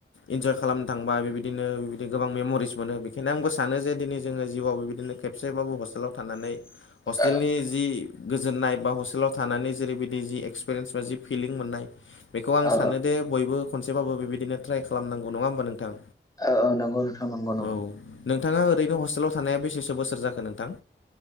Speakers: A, on the left (about 75°); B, on the left (about 15°).
A: इन्जय खालामनो थांबा बेबायदिनो बिदिनो गोबां मेम'रिस मोनो बेनिखायनो आंबो सानो जे दिनै जोङो जिउआव बिबायदिनो खेबसेबाबो हस्टेलाव थानानै हस्टेलनि
B: औ
A: जि गोजोन्नाय बा हस्टेलाव थानानै जेरैबायदि जि एक्सपिरियेन्स बा जि फिलिं मोननाय बेखौ आं
B: औ
A: सानो दे बयबो खनसेबाबो बेबायदिनो ट्राइ खालामनांगौ नङा होमबा नोंथां।
B: औ औ नंगौ नोंथां नंगौ नंगौ।
A: औ नोंथाङा ओरैनो हस्टेलाव थानाया बेसेसो बोसोर जाखो नोंथां?